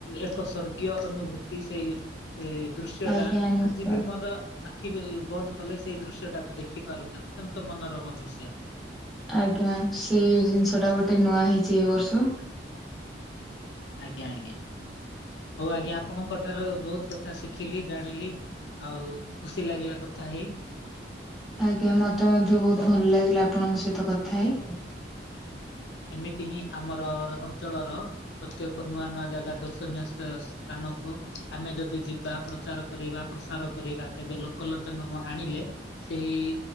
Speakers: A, on the left; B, in the centre.
A: ଏକ ସ୍ଵର୍ଗୀୟ ଅନୁଭୂତି ସେହି। ଏ ଦୃଶ୍ୟ
B: ଆଜ୍ଞା
A: ଟା
B: ନିଶ୍ଚୟ।
A: ଆଜି ବି ମୋର। ଆଖି ବନ୍ଦ କଲେ ସେଇ ଦୃଶ୍ୟ ଟାକୁ ଦେଖି ପାରୁଛି ଅତ୍ୟନ୍ତ ମନୋରମ ଦୃଶ୍ୟ।
B: ଆଜ୍ଞା, ସେ ଜିନିଷ ଟା ଗୋଟେ ନୂଆ ହେଇଛି ଏ ବର୍ଷ।
A: ଆଜ୍ଞା, ଆଜ୍ଞା, ହଉ ଆଜ୍ଞା ଆପଣଙ୍କଠାରୁ ବହୁତ୍ କଥା କଥା ଶିଖିଲି, ଜାଣିଲି ଆଉ ଖୁସି ଲାଗିଲା କଥା ହେଇ।
B: ଆଜ୍ଞା ମତେ ମଧ୍ୟ ବହୁତ ଭଲ ଲାଗିଲା ଆପଣଙ୍କ ସହିତ କଥା ହେଇ।
A: ଏମିତି ହିଁ ଆମର ଅଞ୍ଚଳର ପ୍ରତ୍ୟେକ ନୂଆ ନୂଆ ଜାଗା ଦର୍ଶନୀୟ ସ୍ଥାନକୁ ଆମେ ଯଦି ଯିବା ପ୍ରଚାର କରିବା, ପ୍ରସାର କରିବା ତେବେ ଲୋକଲୋଚନକୁ ଆଣିଲେ ସେହି